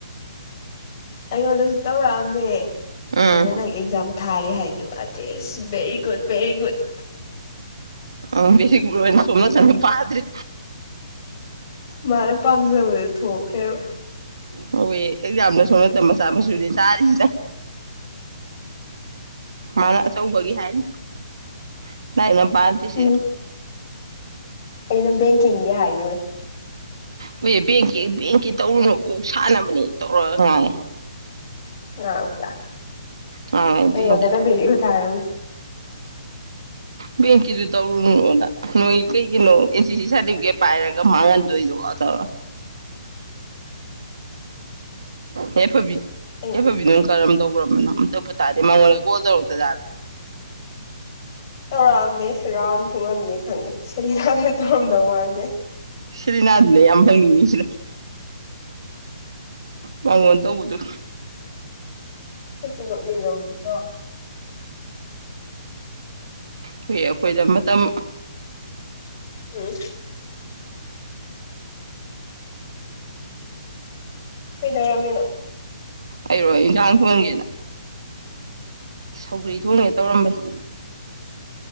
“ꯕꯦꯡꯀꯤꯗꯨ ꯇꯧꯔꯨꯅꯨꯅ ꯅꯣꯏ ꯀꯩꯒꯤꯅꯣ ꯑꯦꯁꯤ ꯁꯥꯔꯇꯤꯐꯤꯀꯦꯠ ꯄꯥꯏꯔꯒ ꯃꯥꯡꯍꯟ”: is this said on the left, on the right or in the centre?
Right